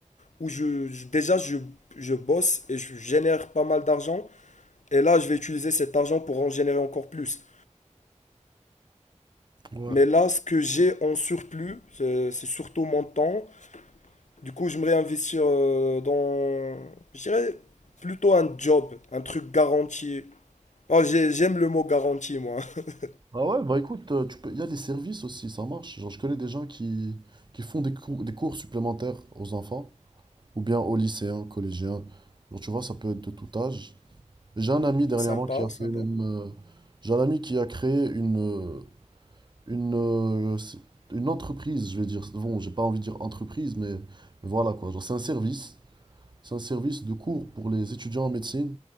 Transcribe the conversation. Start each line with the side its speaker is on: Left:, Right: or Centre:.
Left: où je, je- déjà je, je bosse et je génère pas mal d'argent. Et là, je vais utiliser cet argent pour en générer encore plus.
Right: Ouais.
Left: Mais là, ce que j'ai en surplus, c'est c'est surtout mon temps, Du coup, j'aimerais investir euh, dans, je dirais, plutôt un job, un truc garanti. Oh, j'ai- j'aime le mot garanti, moi. <laughs>
Right: Ah ouais, bah écoute, euh, tu peux... il y a des services aussi, ça marche. Genre, je connais des gens qui, qui font des cours, des cours supplémentaires aux enfants, ou bien aux lycéens, collégiens. Genre, tu vois, ça peut être de tout âge. J'ai un ami dernièrement
Left: Sympa,
Right: qui a fait
Left: sympa.
Right: même. euh, J'ai un ami qui a créé une, euh, une, euh, c'est- une entreprise, je vais dire. Bon, j'ai pas envie de dire entreprise, mais, mais voilà quoi. Genre, c'est un service. C'est un service de cours pour les étudiants en médecine